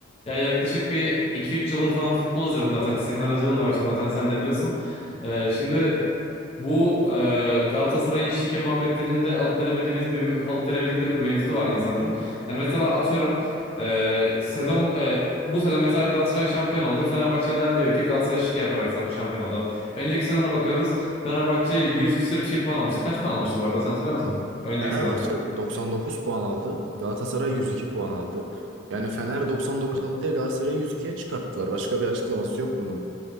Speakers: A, on the left; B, on the right.
A: Ya yaklaşık bir iki üç yıldır falan futbol izliyorum zaten. Senin aracılığınla başladım zaten sen de biliyorsun. Ee, şimdi bu e, Galatasaray'ın şike muhabbetlerinde alıp veremediğimiz bir me- alıp veremedikleri bir mevzu var insanların. Yani mesela atıyorum e, sezon e, bu sezon mesela Galatasaray şampiyon oldu. Fenerbahçeliler diyor ki Galatasaray şike yaparak sa- şampiyon oldu. Önceki sezona bakıyoruz. Fenerbahçe 100 küsür bir şey puan almıştı. Kaç puan almıştı bu arada sen hatırlıyor musun? Önceki
B: Fenerbahçe
A: sezon.
B: 99 puan aldı. Galatasaray 102 puan aldı. Yani Fener 99 aldı diye Galatasaray'ı 102'ye çıkarttılar. Başka bir açıklaması yok bunun.